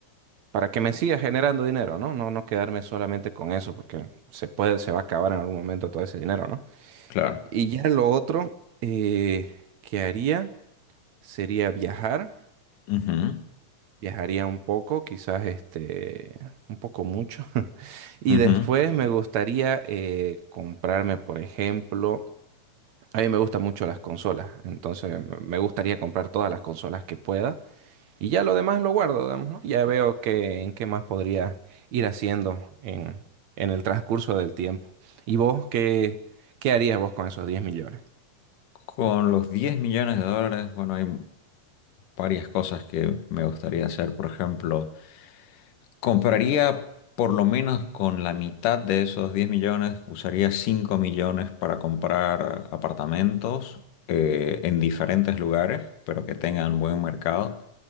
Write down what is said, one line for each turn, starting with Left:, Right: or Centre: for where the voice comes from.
Right: para que me siga generando dinero, ¿no? No, no quedarme solamente con eso porque se puede, se va a acabar en algún momento todo ese dinero, ¿no?
Left: claro.
Right: Y ya lo otro eh, que haría sería viajar.
Left: ujú,
Right: Viajaría un poco, quizás este, un poco mucho. <laughs> Y
Left: ujú.
Right: después me gustaría eh, comprarme, por ejemplo, a mí me gustan mucho las consolas, entonces m- me gustaría comprar todas las consolas que pueda y ya lo demás lo guardo, digamos, ¿no? Ya veo que, en qué más podría ir haciendo en, en el transcurso del tiempo. ¿Y vos qué, qué harías vos con esos diez millones?
Left: Con los diez millones de dólares, bueno, hay varias cosas que me gustaría hacer. Por ejemplo, Compraría por lo menos con la mitad de esos 10 millones, usaría 5 millones para comprar apartamentos eh, en diferentes lugares, pero que tengan buen mercado.